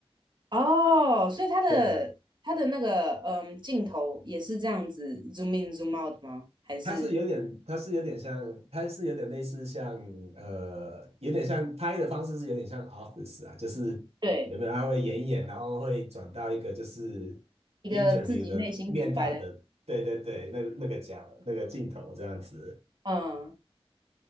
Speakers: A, on the right; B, on the right.
A: 哦，所以他的他的那个嗯镜头也是这样子
B: 对啊。
A: zoom in zoom out 吗？还是
B: 它是有点，它是有点像，它是有点类似像，呃，有点像拍的方式是有点像 Office 啊，就是有没有他会演一演，
A: 对
B: 然后会转到一个就是
A: 一个自己内心独白的？
B: interview 的面谈的，对对对，那那个角那个镜头这样子，
A: 嗯，